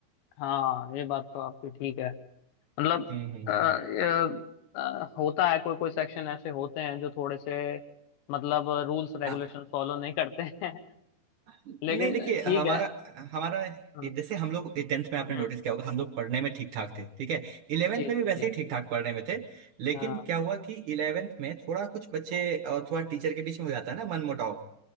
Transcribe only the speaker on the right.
हम्म हम्म,
हम्म।
नहीं
देखिए
हमारा
हमारा
जैसे हम लोग टेंथ में आपने
नोटिस किया होगा हम लोग पढ़ने में ठीक ठाक थे ठीक है इलेवेंथ
में
भी वैसे
ही ठीक ठाक पढ़ने में थे लेकिन
क्या हुआ कि इलेवेंथ में थोड़ा कुछ बच्चे और थोड़ा टीचर के बीच में हो जाता है ना मनमुटाव